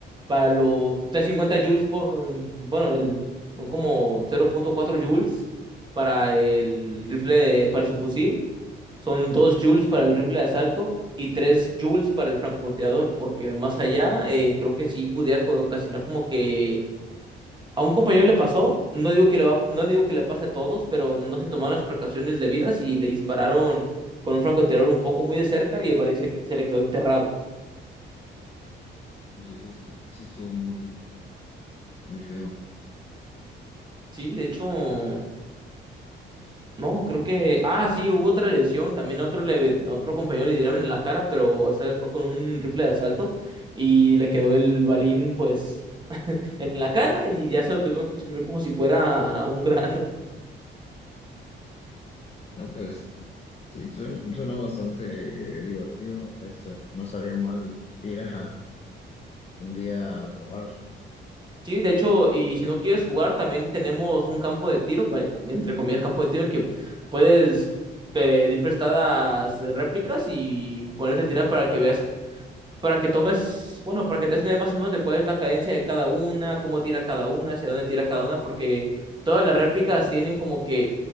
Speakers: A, on the right; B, on the left.
A: para los 350 joules, por- bueno, el, son como cero punto cuatro joules para el rifle, de- para el subfusil, son 2 joules para el rifle de asalto y 3 joules para el francotirador, porque más allá eh, creo que sí pudiera co- ocasionar como que a un compañero le pasó, no digo que le va, no le digo que le pase a todos, pero no se tomaron las precauciones debidas y le dispararon con un francotirador un poco muy de cerca y el balín se, se le quedó enterrado.
B: Pues Sí, sí, sí, sí estuvo muy, muy feo.
A: Sí, de hecho. No, creo que. Ah, sí, hubo otra lesión. También otro, le... otro compañero le dieron en la cara, pero esta vez fue con un rifle de asalto y le quedó el balín, pues, en la cara y ya se lo tuvieron que exprimir como si fuera un grano. <laughs>
B: No, pues sí, suena, suena bastante divertido. Este, no estaría mal ir a Un día a probar.
A: Sí, de hecho, y si no quieres jugar, también tenemos un campo de tiro, va- entre comillas, campo de tiro, en el que puedes pedir prestadas eh, réplicas y ponerte a tirar para que veas para que tomes, bueno, para que te des una idea más o menos de cuál es la cadencia de cada una, cómo tira cada una, hacia dónde tira cada una, porque todas las réplicas tienen como que